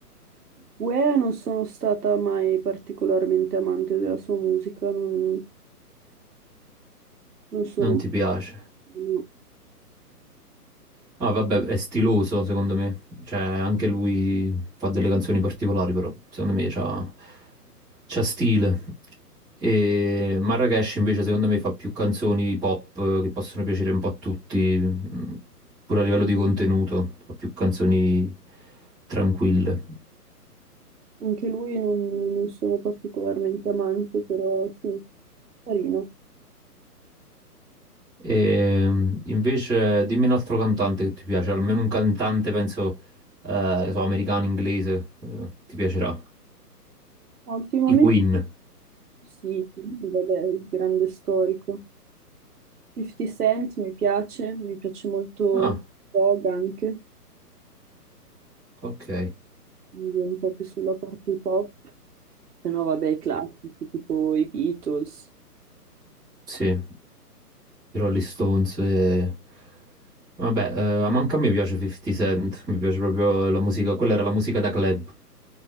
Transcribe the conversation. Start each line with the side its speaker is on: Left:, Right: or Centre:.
Right: Uè, non sono stata mai particolarmente amante della sua musica, non, non sono...
Centre: non ti piace.
Right: no.
Centre: Ah, vabbè, è stiloso secondo me. Cioè, anche lui fa delle canzoni particolari, però secondo me c'ha, c'ha stile. E Marracash invece secondo me fa più canzoni pop eh, che possono piacere un po' a tutti, mm, pure a livello di contenuto, fa più canzoni tranquille.
Right: Anche lui non, non sono particolarmente amante, però sì, carino.
Centre: E mm, invece dimmi un altro cantante che ti piace, almeno un cantante penso, eh, so, americano, inglese, eh, ti piacerà.
Right: Ma ultimamente
Centre: I Queen.
Right: sì, quindi vabbè, il grande storico. 50 Cent mi piace, mi piace molto
Centre: Ah,
Right: Nate Dogg anche,
Centre: ok.
Right: quindi un po' più sulla parte hip hop, se no vabbè i classici tipo i Beatles.
Centre: Sì, i Rolling Stones. e- Vabbè, eh, ma manca a me piace 50 Cent, mi piace proprio la musica, quella era la musica da club.